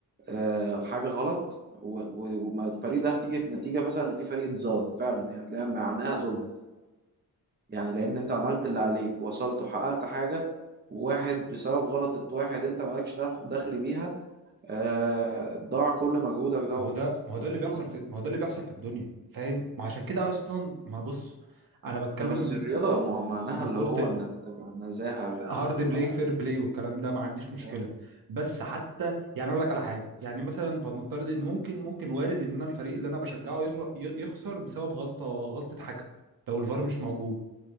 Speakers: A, on the right; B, on the right.
A: آه، حاجه غلط و- و- وما الفريق ده هتيجي نتيجه مثلا ان في فريق اتظلم فعلا يعني هتلاقيها معناها ظلم يعني لان انت عملت اللي عليك ووصلت وحققت حاجه واحد بسبب غلطة واحد انت مالكش دخ- دخل بيها آه، ضاع كل مجهودك دوت
B: ما هو ده ما هو
A: فده
B: ده اللي بيحصل
A: ظلم
B: في ما هو ده اللي بيحصل في الدنيا فاهم ما عشان كده اصلا ما بص انا بتكلم
A: ده بس
B: ان
A: الرياضة مع- معناها
B: ان
A: اللي
B: كره
A: هو
B: ال...
A: إن أنت تبقى نزاهة و...
B: هارد
A: و...
B: بلاي فير بلاي والكلام ده ما عنديش مشكله
A: فاهم؟
B: بس حتى يعني اقول لك على حاجه يعني مثلا فلنفترض ان ممكن ممكن وارد ان انا الفريق اللي انا بشجعه يخلق ي- يخسر بسبب غلطه غلطه حكم لو الفار مش موجود